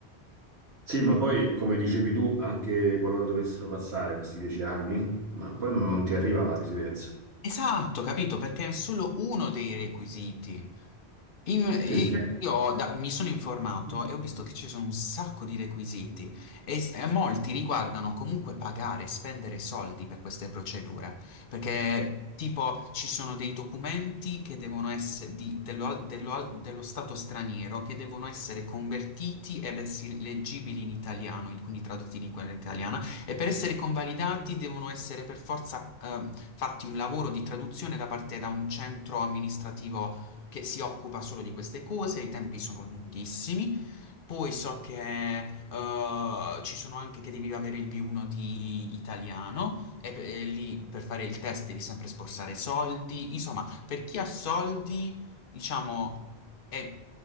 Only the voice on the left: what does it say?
Esatto, capito? Perché è solo uno dei requisiti. In- e
io da- mi sono informato
e ho visto che ci sono un sacco di requisiti e, s- e molti riguardano comunque pagare, spendere soldi per queste procedure, perché tipo ci sono dei documenti che devono essere di- dello, dello- dello stato straniero che devono essere convertiti ed essere leggibili in italiano, in- quindi tradotti in lingua italiana, e per essere convalidati devono essere per forza ehm, fatti un lavoro di traduzione da parte da un centro amministrativo che si occupa solo di queste cose, i tempi sono lunghissimi. Poi so che eh, ci sono anche che devi avere il B1 di italiano e, e lì per fare il test devi sempre sborsare soldi. Insomma, per chi ha soldi, diciamo, è-